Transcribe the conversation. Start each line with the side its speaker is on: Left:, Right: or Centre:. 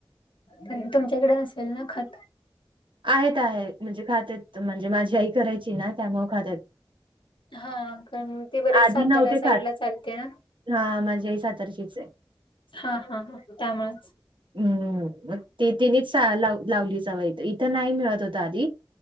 Left: पण तुमच्याकडे नसेल ना खत.
Right: आहेत आहेत म्हणजे खातात म्हणजे माझी आई करायची ना त्यामु खातात.
Left: हा कारण ते बरेच
Right: आधी
Left: साताऱ्या
Right: नव्हते
Left: साईड
Right: खात
Left: ला चालते ना.
Right: हा माझ्या ह सातर्शीच आहे.
Left: हा हा हा त्यामुळेच
Right: हम्मग तेनेच लाव लावलीचवं इथ इथं नाही मिळत होत आधी